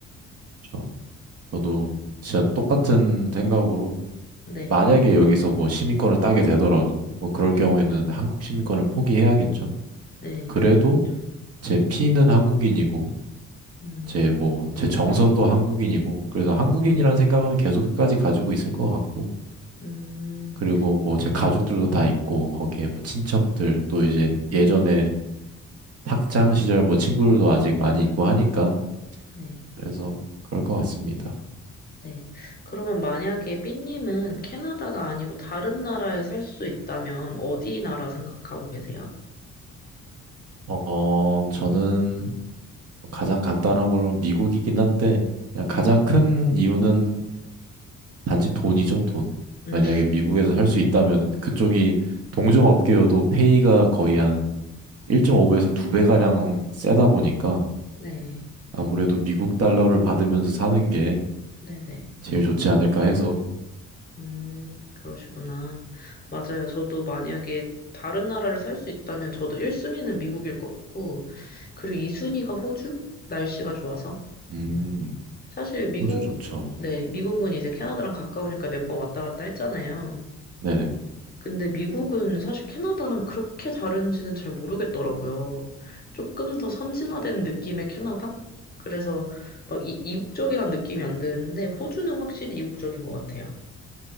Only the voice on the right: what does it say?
저, 저도
진짜 똑같은 생각으로
만약에 여기서 뭐 시민권을 따게 되더라도 뭐 그럴
경우에는 한국 시민권을 포기해야겠죠.
그래도
제 피는 한국인이고
제 뭐 제 정서도 한국인이고 그래서 한국인이라는 생각은 계속 끝까지 가지고 있을 것 같고
그리고 뭐 제 가족들도 다 있고 거기에 뭐 친척들 또 이제 예전에 학창 시절 뭐 친구들도 아직 많이 있고 하니까
그래서 그럴 것 같습니다.
어, 저는 뭐 가장 간단한 걸로는 미국이긴 한데, 그냥
가장 큰 이유는 단지 돈이죠, 돈.
만약에 미국에서 살 수 있다면 그쪽이 동종업계여도 페이가 거의 한 1.5배에서 2배가량 세다 보니까
아무래도 미국 달러를 받으면서 사는 게
제일 좋지 않을까 해서,
음,
호주 좋죠.
네네.